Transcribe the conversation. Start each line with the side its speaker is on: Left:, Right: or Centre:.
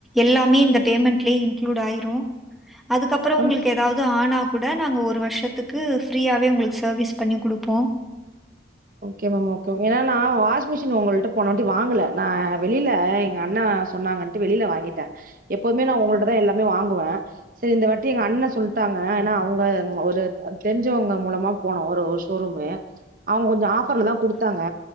Centre: எல்லாமே இந்த பேமெண்ட்லயே இன்க்ளூடட் ஆய்ரு அதுக்கப்பற
Right: மேம்
Centre: உங்களுக்கு எ தாவது ஆனா கூட நாங்க ஒரு வருஷத்துக்கு ஃப்ரீயாவே உங்கள்க்கு சர்வீஸ் பண்ணி குடுப்போ
Right: ஓகே மேம் ஓகே ஏன்னா வாஷிமிஷின் ஒங்கள்ட்ட போனாட்டி வாங்கல நா வெளில எங்க அண்ணா சொன்னாங்கன் ட்டு வெளில வாங்கிட்ட எப்பவுமே நா ஒங்கள்ட்டதா எல்லாமே வாங்குவ செரி இந்த வாட்டி எங்க அண்ண சொல்ட்டாங்க ஏன்னா அவங்க ஒரு தெரிஞ்சவங்க மூலமா போனோ ஒரு ஒரு ஷோருமு அவுங்க கொஞ்சோ ஆஃபர்லதா குடுத்தாங்க